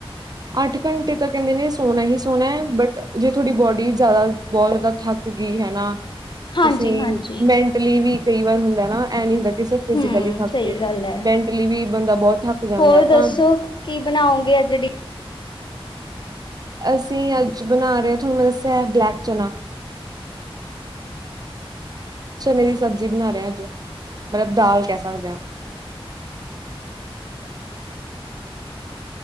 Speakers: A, on the right; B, on the left.
A: ਅੱਠ ਘੰਟੇ ਤਾਂ ਕਹਿੰਦੇ ਨੇ ਸੋਹਣਾ ਹੀ ਸੋਹਣਾ ਹੈ, ਬਟ ਜੇ ਤੁਹਾਡੀ ਬੋਡੀ ਜ਼ਿਆਦਾ, ਬਹੁਤ ਜ਼ਿਆਦਾ ਥੱਕ ਗਈ ਹਨਾ
B: ਹਾਂਜੀ-ਹਾਂਜੀ।
A: ਤੁਸੀਂ ਮੈ- ਟਲੀ ਵੀ ਕਈ ਵਾਰ ਹੁੰਦਾ ਨਾ, ਇਹ ਨੀ ਹੁੰਦਾ ਕਿ ਸਿਰਫ ਫਿਜੀਕਲੀ
B: ਹੂੰ
A: ਥੱਕ
B: ਸਹੀ
A: ਗਏ,
B: ਗੱਲ ਹੈ
A: ਮੈਂਟਲੀ ਵੀ ਬੰਦਾ ਬਹੁਤ ਥੱਕ ਜਾਂਦਾ
B: ਹੋਰ ਦੱਸੋ
A: ਤਾਂ
B: ਕੀ ਬਣਾਓਗੇ ਅੱਜ ਡਿ-
A: ਅਸੀਂ ਅੱਜ ਬਣਾ ਰਹੇ ਹਾਂ, ਤੁਹਾਨੂੰ ਮੈਂ ਦੱਸਿਆ ਬਲੈਕ ਚਨਾ। ਚਨੇ ਦੀ ਸਬਜ਼ੀ ਬਣਾ ਰਹੇ ਅੱਜ, ਮਤਲਬ ਦਾਲ ਕਹਿ ਸਕਦੇ ਹਾਂ।